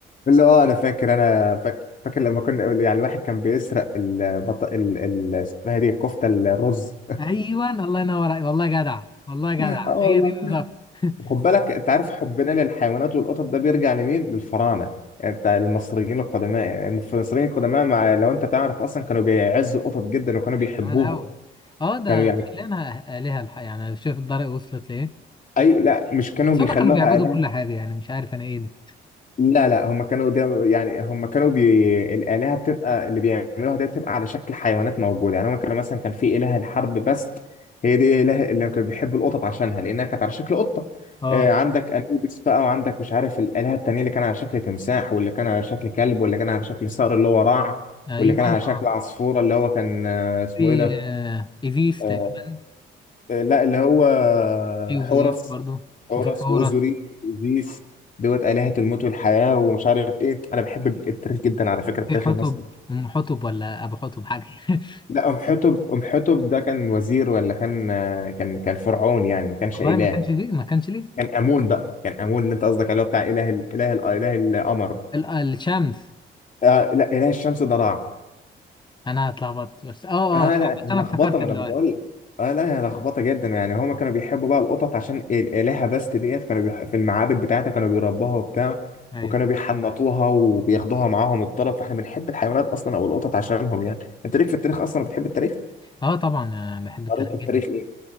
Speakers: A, on the left; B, on the left.
A: اللي اه انا فاكر انا فاكر فاكر لما كنا يعني الواحد كان بيسرق البط... ال... ال... اسمها إيه دي الكفته الرز
B: ايوه الله ينور عليك. والله جدع والله جدع
A: <laughs> اه والله
B: هي دي بالظبط <laughs>
A: خد بالك انت عارف حبنا للحيوانات والقطط ده بيرجع لمين؟ للفراعنه يعني بتاع المصريين القدماء يعني المصريين القدماء مع لو انت تعرف اصلا كانوا بيعزوا القطط جدا وكانوا
B: من
A: بيحبوها
B: زمان قوي اه ده
A: كانوا يعني
B: خلينا آلهة الحق يعني شوف الدرجة وصلت ليه
A: اي لا مش كانوا
B: بس
A: بيخلوها
B: هما كانوا بيعبدوا
A: آلهة
B: كل حاجة يعني مش عارف انا ايه ده
A: لا لا هم كانوا ده يعني هم كانوا بي... الآلهة بتبقى اللي بيعملوها دي بتبقى على شكل حيوانات موجودة يعني هم كانوا مثلا كان في إله الحرب بس هي دي إله اللي كانوا بيحبوا القطط عشانها لأنها كانت على شكل قطة
B: اه
A: آه عندك أنوبيس بقى وعندك مش عارف الآلهة التانية اللي كان على شكل تمساح واللي كان على شكل كلب واللي كان على شكل صقر اللي هو راع
B: ايوه
A: واللي كان على
B: اه
A: شكل عصفورة اللي هو كان آه اسمه
B: في
A: إيه ده
B: آه، إيزيس
A: آه،
B: تقريبا
A: آه، لا اللي هو
B: في أوزوريس
A: حورس
B: برضو
A: حورس
B: وفي حورس
A: وأوزوريت وزيف دوت آلهة الموت والحياة ومش عارف ايه انا بحب التاريخ جدا على فكرة التاريخ
B: في حتب
A: المصري
B: أم حتب ولا أبو حتب حاجة <laughs>
A: لا ام حتب ام حتب ده كان وزير ولا كان آه، كان كان فرعون يعني ما كانش
B: والله
A: إله
B: ما كانش فيه ما كانش ليه
A: كان آمون بقى كان آمون اللي انت قصدك عليه بتاع إله ال- إله ال- إله القمر
B: ال- آه، الشمس
A: آه لا إله الشمس ده راع
B: أنا اتلخبطت بس أه أه
A: اه
B: آه، صح،
A: لا هي
B: بس أنا
A: لخبطه
B: افتكرت
A: ما
B: دلوقتي
A: انا بقول لك اه لا هي لخبطه جدا يعني هما كانوا بيحبوا بقى القطط عشان ال- الهه بس ديت كانوا بيح... في المعابد بتاعتها كانوا بيربوها وبتاع
B: أيوه
A: وكانوا بيحنطوها وبياخدوها معاهم الطرف فاحنا بنحب الحيوانات اصلا او القطط عشانهم يعني انت ليك في التاريخ اصلا بتحب التاريخ
B: أه طبعا أنا بحب
A: قريت
B: التاريخ
A: في
B: جدا
A: التاريخ ايه